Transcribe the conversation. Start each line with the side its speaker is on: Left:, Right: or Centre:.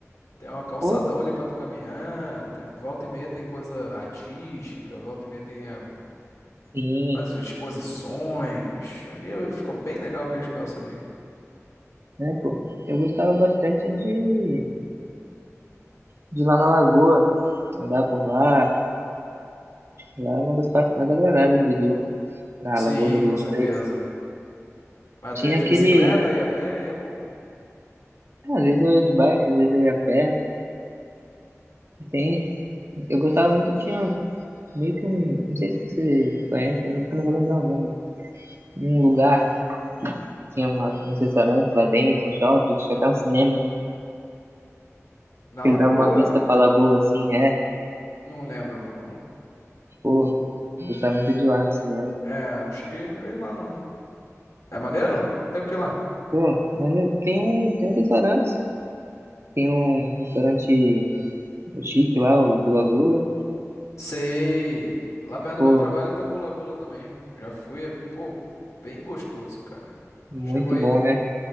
Left: ter uma calçadão
Right: Pô,
Left: ali pra tu caminhar, tem- volta e meia tem coisa artística, volta e meia tem é,
Right: sim,
Left: umas exposições. Ali ficou bem legal aquele espaço ali.
Right: né, pô? Eu gostava bastante de de lá na Lagoa, andar por lá. Lá é uma das partes mais agradáveis do Rio, na
Left: Sim,
Right: Lagoa Rodrigo
Left: com certeza.
Right: de Freitas.
Left: Mas
Right: Tinha
Left: tu ia de
Right: aquele.
Left: bicicleta, ia a pé, ia como?
Right: ah, Às vezes eu ia de bike, às vezes eu ia a pé. E Tem. Eu gostava muito, tinha meio que um. Não sei se você conhece, eu não, eu não vou lembrar o nome. Um lugar, tinha uma, um restaurante lá dentro, um shopping, tinha até um cinema,
Left: Na
Right: que
Left: Lagoa?
Right: ele dava uma vista pra Lagoa assim, é.
Left: Não lembro, não.
Right: Pô, eu gostava muito de lá no cinema.
Left: É, não cheguei, não ir lá, não. É maneiro? Tem o que lá?
Right: Pô, mas eu- tem um, tem uns restaurantes. Tem um restaurante chique lá, o Gula Gula.
Left: Sei. Lá perto do
Right: Pô,
Left: meu trabalho tem um gula-gula também. Já fui, é, pô, bem gostoso, cara.
Right: muito
Left: Chegou aí.
Right: bom, né?